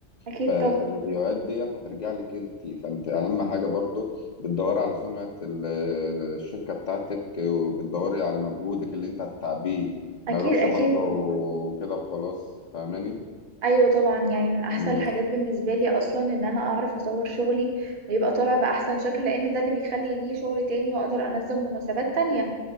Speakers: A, on the right; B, on the left.
A: اكيد
B: فالريفيوهات
A: طبعا
B: ديت هترجع لك انت فانت اهم حاجه برضو بتدوري على سمعه ال- ال- الشركه بتاعتك وبتدوري على مجهودك اللي انت هتتعبيه
A: اكيد
B: ما يروحش
A: اكيد
B: برضه كده وخلاص فاهماني
A: ايوه طبعا يعني من احسن
B: مم.
A: الحاجات بالنسبه لي اصلا ان انا اعرف اصور شغلي ويبقى طالع باحسن شكل لان ده اللي بيخلي يجي شغل تاني واقدر انظم مناسبات تانية